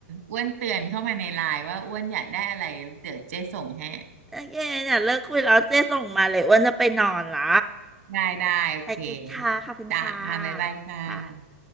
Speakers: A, on the right (about 70°); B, in the centre.
A: อ้วนเตือนเข้ามาในไลน์ว่าอ้วนอยากได้อะไรเดี๋ยวเจ๊ส่งให้
B: โอเคเนี่ยเลิกคุยแล้วเจ๊ส่งมาเลยอ้วนจะไปนอนละ
A: ได้ได้โอเค
B: โอเคค่ะขอบคุณค่ะ
A: จ้าบ๊ายบายค่ะ
B: ค่ะ